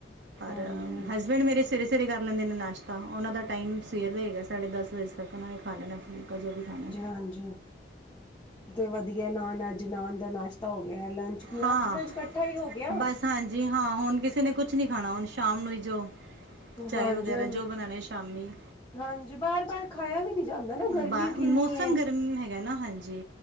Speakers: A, on the left; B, on the right.
A: ਹਾਂਜੀ-ਹਾਂਜੀ,
B: ਰ ਹਸਬੈਂਡ ਮੇਰੇ ਸਵੇਰੇ -ਸਵੇਰੇ ਕਰ ਲੈਂਦੇ ਨੇ ਨਾਸ਼ਤਾ। ਉਹਨਾਂ ਦਾ ਟਾਈਮ ਸਵੇਰ ਦਾ ਹੈਗਾ ਸਾਢੇ ਦਸ ਵਜੇ ਤੱਕ। ਉਹਨਾਂ ਨੇ ਖਾ ਲੈਣਾ ਫੁਲਕਾ ਜੇ ਵੀ ਖਾਣਾ।
A: ਹਾਂਜੀ। ਤੇ ਵਧੀਆ। ਨਾਨ ਅੱਜ ਨਾਨ ਦਾ ਨਾਸ਼ਤਾ ਹੋ ਗਿਆ। ਲੰਚ ਲੰਚ
B: ਹਾਂ।
A: ਬਰੰਚ ਇਕੱਠਾ ਹੀ ਹੋ ਗਿਆ।
B: ਬਸ, ਹਾਂਜੀ, ਹਾਂ। ਹੁਣ ਕਿਸੇ ਨੇ ਕੁਛ ਨੀ ਖਾਣਾ, ਹੁਣ ਸ਼ਾਮ ਨੂੰ ਹੀ ਜੋ ਚਾਏ
A: ਹਾਂਜੀ-
B: ਵਗੈਰਾ
A: ਹਾਂਜੀ
B: ਜੋ ਬਣਾਉਣੇ ਸ਼ਾਮੀ
A: -ਹਾਂਜੀ, ਬਾਰ -ਬਾਰ ਖਾਇਆ ਵੀ ਨਹੀਂ ਜਾਂਦਾ ਨਾ ਗਰਮੀ
B: ਬਾ
A: ਕਿੰਨੀ
B: ਮੌਸਮ
A: ਏ।
B: ਹੈਗਾ ਨਾ। ਹਾਂਜੀ।